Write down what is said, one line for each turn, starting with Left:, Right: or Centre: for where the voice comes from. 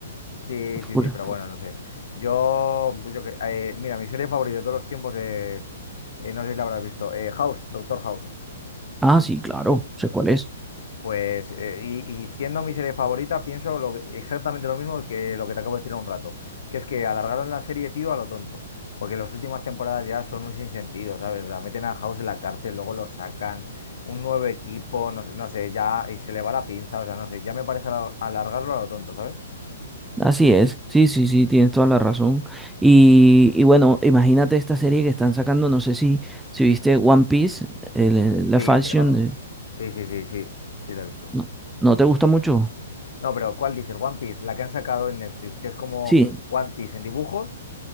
Left: Sí,
Centre: full-
Left: sí, sí, pero bueno, no sé. Yo, pues yo que- eh, mira, mi serie favorita de todos los tiempos es, eh, no sé si la habrás visto, eh, House, Doctor House.
Centre: ah, sí, claro, sé cuál es,
Left: Pues, eh, y, y siendo mi serie favorita, pienso lo que- exactamente lo mismo que lo que te acabo de decir hace un rato, que es que alargaron la serie, tío, a lo tonto, porque las últimas temporadas ya son un sinsentido, ¿sabes? La meten a House en la cárcel, luego lo sacan, un nuevo equipo, no sé, no sé, ya eh, se le va la pinza, o sea, no sé, ya me parece alar- alargarlo a lo tonto, ¿sabes?
Centre: Así es, sí, sí, sí, tienes toda la razón. Y, y bueno, imagínate esta serie que están sacando, no sé si, si viste One Piece, el- la
Left: Sí,
Centre: fashion,
Left: pero...
Centre: eh,
Left: Sí, sí, sí, sí, sí, la he visto.
Centre: no, ¿no te gusta mucho?
Left: No, pero ¿cuál dices? One Piece, la que han sacado en Netflix, que es como
Centre: Sí,
Left: One Piece en dibujos